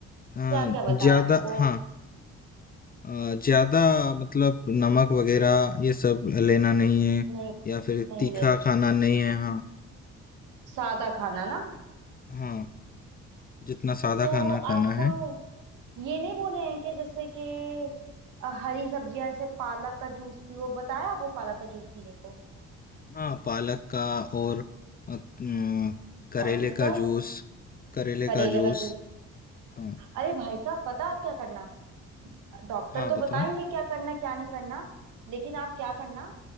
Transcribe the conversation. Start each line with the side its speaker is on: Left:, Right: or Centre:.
Left: आ,
Right: क्या क्या बताया
Left: ज्यादा
Right: आपको
Left: हाँ अ, ज़्यादा मतलब नमक वग़ैरह ये सब लेना नहीं है
Right: नहीं
Left: या फिर
Right: नहीं
Left: तीखा
Right: लेना है
Left: खाना नहीं है। हाँ,
Right: सादा खाना ना
Left: हाँ, जितना सादा
Right: तो
Left: खाना खाना
Right: आपको
Left: है।
Right: ये नहीं बोले हैं कि जैसे कि अ, हरी सब्जियां ऐसे पालक का जूस पियो बताया आपको पालक का जूस पीने को
Left: हाँ, पालक का और अ, उम, करेले
Right: और किसका
Left: का जूस करेले
Right: करेले
Left: का जूस।
Right: का जूस
Left: हाँ,
Right: अरे भाई साहब पता है आप क्या करना डॉक्टर
Left: हाँ,
Right: तो
Left: बताओ?
Right: बताएंगे क्या करना क्या नहीं करना लेकिन आप क्या करना